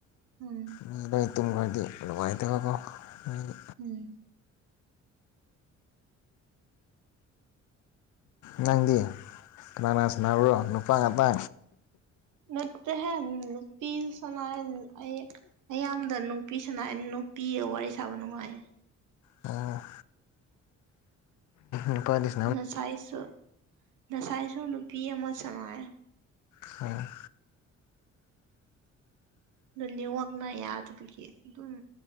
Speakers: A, on the right; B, on the left.
A: ꯎꯝ
B: ꯃꯤ ꯂꯣꯏ ꯇꯨꯝꯒ꯭ꯔꯗꯤ ꯅꯨꯡꯉꯥꯏꯇꯕꯀꯣ ꯃꯤ
A: ꯎꯝ
B: ꯅꯪꯗꯤ ꯀꯅꯥꯅꯥ ꯁꯅꯥꯕ꯭ꯔꯣ ꯅꯨꯄꯥ ꯉꯥꯛꯇꯥ
A: ꯅꯠꯇꯦ ꯍꯦ ꯅꯨꯄꯤ ꯁꯥꯟꯅꯩ ꯑꯩ ꯑꯌꯥꯝꯕꯗ ꯅꯨꯄꯤꯁꯥꯅ ꯅꯨꯄꯤꯒ ꯋꯥꯔꯤ ꯁꯥꯕ ꯅꯨꯡꯉꯥꯏꯌꯦ
B: ꯎꯝ ꯅꯨꯄꯥꯗꯤꯁ
A: ꯅꯁꯥꯏꯁꯨ ꯅꯁꯥꯏꯁꯨ ꯅꯨꯄꯤ ꯑꯃ ꯁꯥꯟꯅꯥꯌꯦ
B: ꯑꯣ
A: ꯑꯗꯨ ꯅꯤꯋꯥꯛꯅ ꯌꯥꯗꯕꯒꯤ ꯑꯗꯨꯝ